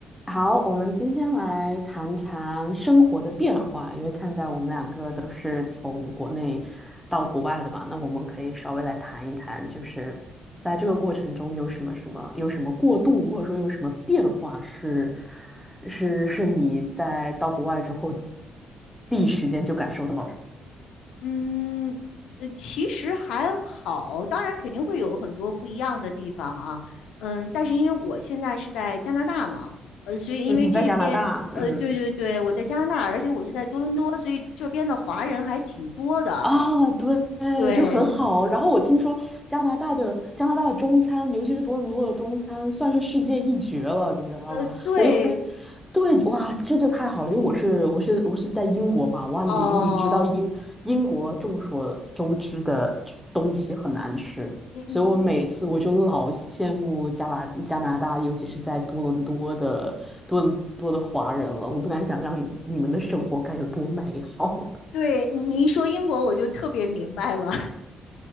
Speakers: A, in the centre; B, on the left.
A: 好，我们今天来谈谈生活的变化，因为看在我们两个都是从国内到国外的吧，那我们可以稍微来谈一谈，就是在这个过程中有什么什么有什么过渡，或者说有什么变化是是是你在到国外之后第一时间就感受到的。
B: 嗯，呃，其实还好，当然肯定会有很多不一样的地方啊，嗯，但是因为我现在是在加拿大嘛，呃，所以因为这边，
A: 嗯，在加拿大，
B: 呃，
A: 嗯。
B: 对对对，我在加拿大，而且我是在多伦多，所以这边的华人还挺多的，
A: 啊，对，
B: 对，
A: 就很好。然后我听说加拿大的加拿大的中餐，尤其是多伦多的中餐，算是世界一绝了，你知道吗？
B: 呃，对，
A: 我有跟，对，哇，这就太好了，因为我是我是我是在英国嘛，哇，
B: 哦，
A: 你你知道英英国众所周知的东西很难吃，
B: 你你
A: 所以我每次我就老羡慕加拿加拿大，尤其是在多伦多的多伦多的华人了，我不敢想象你们的生活该有多美好，
B: 对你你一说英国，我就特别明白了，